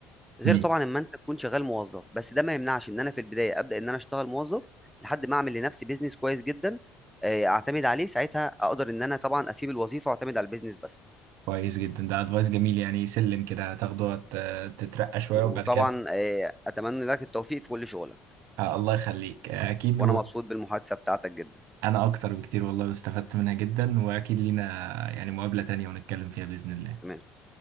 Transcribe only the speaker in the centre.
غير
طبعا اما انت تكون شغال موظف بس ده ما يمنعش ان انا في البدايه ابدا ان انا اشتغل موظف لحد ما اعمل لنفسي بيزنس كويس جدا آه، اعتمد عليه ساعتها اقدر ان انا طبعا اسيب الوظيفه واعتمد على البيزنس بس
وطبعا
آه، اتمنى لك التوفيق في كل شغلك
وانا مبسوط بالمحادثه بتاعتك جدا
تمام